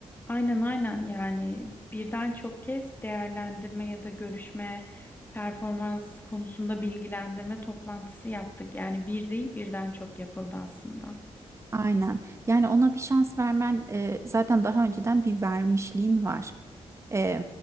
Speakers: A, on the left; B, on the right.
A: Aynen aynen yani birden çok kez değerlendirme ya da görüşme performans konusunda bilgilendirme toplantısı yaptık. Yani bir değil birden çok yapıldı aslında.
B: Aynen. Yani ona bir şans vermen e, zaten daha önceden bir vermişliğin var. e,